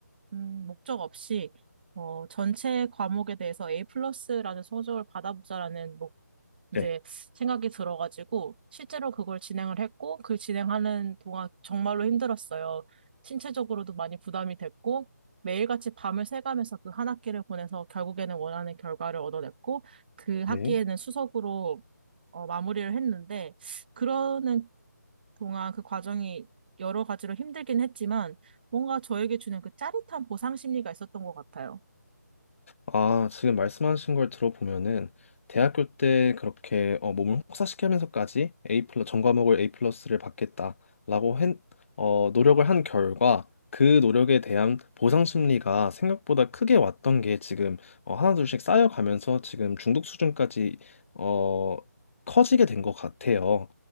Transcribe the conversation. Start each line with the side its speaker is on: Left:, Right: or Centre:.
Right: 음, 목적 없이 어, 전체 과목에 대해서 A 플러스라는 성적을 받아보자라는 이제
Left: 네.
Right: 생각이 들어가지고 실제로 그걸 진행을 했고 그 진행하는 동안 정말로 힘들었어요. 신체적으로도 많이 부담이 됐고 매일같이 밤을 새가면서 그 한 학기를 보내서 결국에는 원하는 결과를 얻어냈고 그 학기에는
Left: 네.
Right: 수석으로 어, 마무리를 했는데 그러는 동안 그 과정이 여러 가지로 힘들긴 했지만 뭔가 저에게 주는 그 짜릿한 보상 심리가 있었던 것 같아요.
Left: 아, 지금 말씀하신 걸 들어보면은 대학교 때 그렇게 어, 몸을 혹사시키면서까지 A 플러 전 과목을 A 플러스를 받겠다라고 한 어, 노력을 한 결과 그 노력에 대한 보상 심리가 생각보다 크게 왔던 게 지금 어, 하나둘씩 쌓여가면서 지금 중독 수준까지 어, 커지게 된 것 같아요.